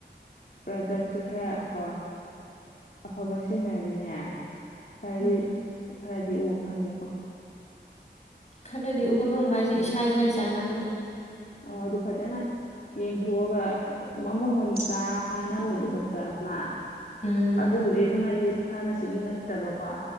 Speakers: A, on the left; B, on the left.
A: ꯄ꯭ꯔꯗꯛꯁꯦ ꯈꯔ ꯀꯣ ꯑꯐꯕ ꯁꯤꯖꯤꯟꯅꯔꯗꯤꯅꯦ ꯈꯔꯗꯤ
B: ꯎꯝ
A: ꯈꯔꯗꯤ ꯎꯕ ꯐꯪꯉꯦꯀꯣ
B: ꯈꯔꯅꯗꯤ ꯎꯕ ꯐꯪꯕ ꯍꯥꯏꯁꯦ ꯏꯁꯥ ꯏꯁꯥꯒꯤ ꯆꯥꯅꯕꯗꯣ
A: ꯑ ꯑꯗꯨ ꯐꯖꯅ ꯌꯦꯡꯊꯣꯛꯑꯒ ꯃꯃ ꯃꯣꯅꯤꯀꯥ ꯅ ꯑꯃꯥ ꯂꯩꯕ ꯗꯣꯛꯇꯔ ꯑꯃ
B: ꯎꯝ
A: ꯑꯗꯨ ꯑꯗꯨꯗꯤ
B: ꯎꯝ
A: ꯑꯗꯨ ꯃꯔꯤ ꯐꯥꯔꯃꯥꯁꯤꯒꯤ ꯅꯠꯇꯕꯀꯣ